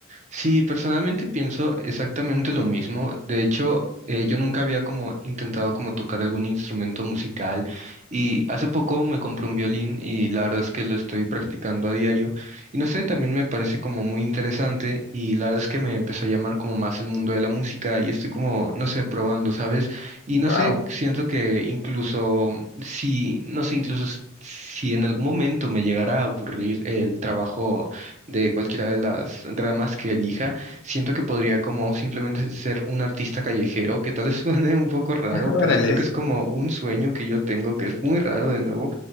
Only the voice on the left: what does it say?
Wow.
<laughs>
Órale.